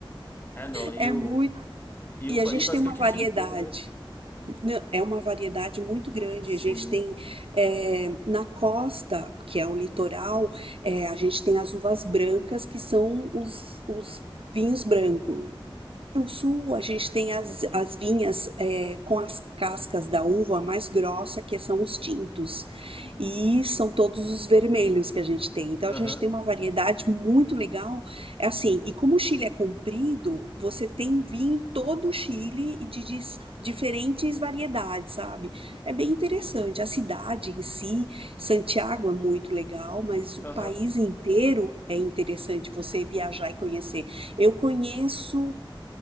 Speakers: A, on the left; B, on the right.
A: É, não, e
B: É
A: o,
B: muito.
A: e
B: E
A: o,
B: a gente
A: e basicamente
B: tem uma variedade
A: o Chile todo, né?
B: É uma variedade muito grande.
A: Sim.
B: A gente tem é, na costa, que é o litoral, é, a gente tem as uvas brancas, que são os, os vinhos brancos. No sul, a gente tem as, as vinhas é, com as cascas da uva mais grossa, que são os tintos. E são todos os vermelhos que a gente tem. Então,
A: Aham,
B: a gente tem uma variedade muito legal. É assim, e como o Chile é comprido, você tem vinho em todo o Chile e de, dis- diferentes variedades, sabe? É bem interessante. A cidade em si, Santiago é muito legal, mas o
A: aham.
B: país inteiro é interessante você viajar e conhecer. Eu conheço